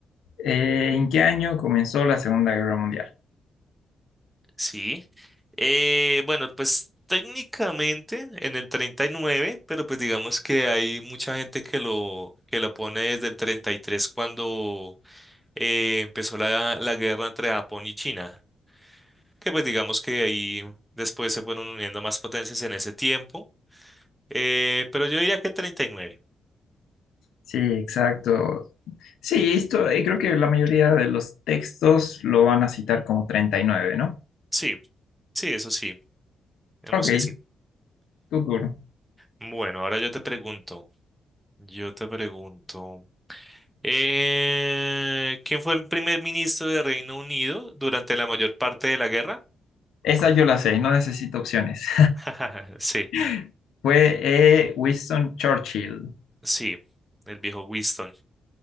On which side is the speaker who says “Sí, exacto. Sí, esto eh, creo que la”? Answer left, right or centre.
Left